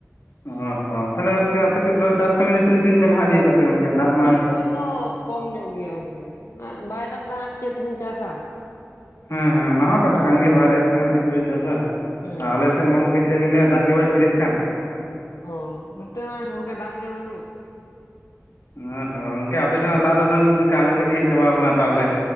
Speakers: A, on the left; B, on the left.
A: ᱚ ᱦᱚᱸ ᱛᱟᱦᱚᱞᱮ ᱜᱚᱝᱠᱮ ᱟᱯᱮᱥᱮᱫ ᱫᱚ ᱪᱟᱥ ᱠᱟᱹᱢᱤ ᱫᱚ ᱛᱤᱱᱟᱹᱜ ᱥᱟᱹᱜᱤᱧ ᱯᱮ ᱞᱟᱦᱟ ᱤᱫᱤᱠᱟᱜᱫᱟ ᱜᱚᱝᱠᱮ ᱫᱟᱜ ᱢᱟ
B: ᱪᱟᱥ ᱠᱚᱵᱤᱱ ᱫᱚ, ᱠᱚᱢ ᱧᱚᱜ ᱜᱮᱭᱟ ᱜᱚᱝᱠᱮ ᱦᱮ ᱵᱟᱭ ᱫᱟᱜ ᱮ ᱦᱟᱸᱜ ᱪᱮᱫ ᱛᱮᱵᱤᱱ ᱪᱟᱥᱟ᱾
A: ᱦᱮᱸ ᱦᱮᱸ ᱚᱱᱟ ᱦᱚᱸ ᱠᱟᱛᱷᱟ ᱠᱟᱱ ᱜᱮᱭᱟ ᱵᱟᱭ ᱫᱟᱲᱮᱭᱟᱜ ᱠᱷᱟᱱ ᱫᱚ ᱪᱮᱫ ᱛᱮᱵᱮᱱ ᱪᱟᱥᱟ
B: ᱦᱮᱸ
A: ᱟᱞᱮ ᱥᱮᱫ ᱢᱟ ᱜᱚᱝᱠᱮ ᱪᱮᱫᱤᱧᱟᱹᱭᱟ ᱫᱟᱜᱮ ᱵᱟᱭ ᱛᱷᱤᱨᱮᱜ ᱠᱟᱱ᱾
B: ᱚ ᱱᱚᱛᱮ ᱢᱟ ᱜᱚᱝᱠᱮ ᱫᱟᱜ ᱜᱮ ᱵᱟᱹᱱᱩᱜ᱾
A: ᱚ ᱦᱚᱸ ᱜᱚᱝᱠᱮ ᱟᱯᱮ ᱥᱮᱱᱟᱜ ᱫᱟᱜ ᱫᱟᱥ ᱜᱠᱮ ᱟᱞᱮ ᱥᱮᱫ ᱜᱮ ᱦᱮᱡ ᱪᱟᱵᱟ ᱟᱠᱟᱱᱟ ᱛᱟᱦᱚᱞᱮ᱾